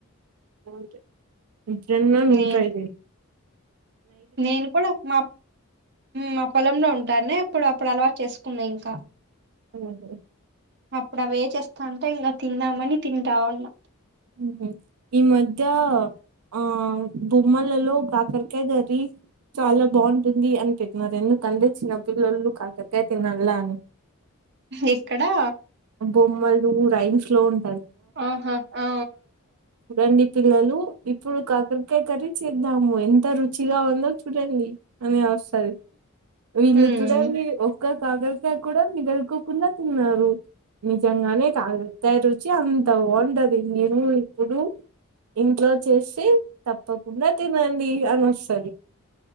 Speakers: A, on the right (about 90°); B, on the right (about 50°).
A: బావుంటాయి అట్లే
B: నే
A: ఉంటాయి లే
B: నేను కూడా మా మా పొలంలో ఉంటానే ఇప్పుడు అప్పుడు అలా చేసుకున్నా ఇంకా
A: ఓహో
B: అప్పుడు అవే చేస్తాంటే ఇలా తిందామని తింటా ఉన్నా
A: హ్మ్మ్ ఈ మధ్య ఆ బొమ్మలలో కాకరకాయ బెట్టి చాలా బాగుంటుంది అని తిట్న్నారు ఎందుకంటే చిన్నపిల్లలు కాకర కాయ తినాల అని
B: ఎక్కడా
A: బొమ్మలు <unintelligible>
B: ఆహా ఆ
A: రండి పిల్లలు ఇప్పుడు కాకరకాయ కర్రీ చేద్దాము ఎంత రుచిగా ఉందో చూడండి ఆ వస్తాను వీళ్ళు
B: హ్మ్
A: చూడండి ఒక్క కాకలకాయ కూడా మిగులుకోకుండా తిన్నారు నిజంగానే కాకర కాయ రుచి చ్చ ఉంటాయా అండి నేను ఇప్పుడు ఇంట్లో చేసి తప్పకుండా తినండి అని వస్తు అది